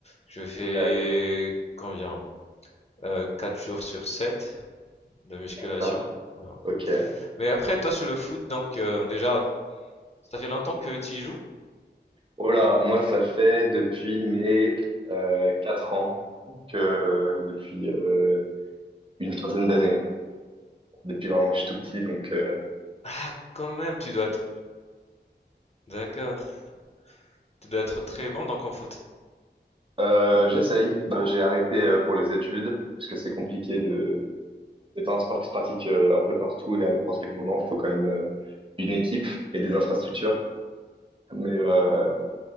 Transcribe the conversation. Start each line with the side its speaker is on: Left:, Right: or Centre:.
Left: Je fais
Right: d'accord,
Left: combien? Euh, 4 jours sur 7 de musculation.
Right: d'accord.
Left: Voilà.
Right: Ok.
Left: Mais après, toi sur le foot, donc euh, déjà, ça fait longtemps que tu y joues?
Right: Oh là, moi, ça fait depuis mes euh, 4 ans, donc euh, depuis euh, une quinzaine d'années, depuis vraiment que je suis tout petit, donc euh,
Left: Ah, quand même, tu dois être. D'accord. Tu dois être très bon donc en foot.
Right: Euh, j'essaye. Ben, j'ai arrêté euh, pour les études parce que c'est compliqué de. C'est pas un sport qui se pratique euh, un peu partout et à n'importe quel moment. Il faut quand même euh, une équipe et des infrastructures. Mais euh,